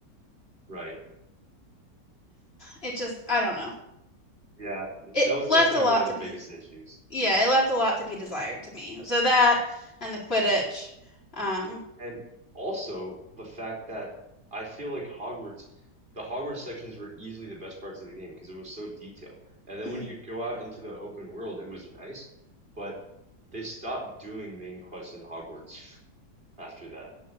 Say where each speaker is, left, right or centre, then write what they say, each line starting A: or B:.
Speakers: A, on the right; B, on the left.
A: right.
B: it just, I don't know.
A: Yeah,
B: It
A: that was
B: left
A: definitely
B: a lot
A: one of
B: to
A: the
B: be,
A: biggest issues.
B: yeah, it left a lot to be desired to me. So that and the Quidditch. Um,
A: And also the fact that I feel like Hogwarts, the Hogwarts sections were easily the best parts of the game because it was so detailed. And then
B: <clears throat>
A: when you'd go out into the open world, it was nice, but they stopped doing main quests in Hogwarts <laughs> after that.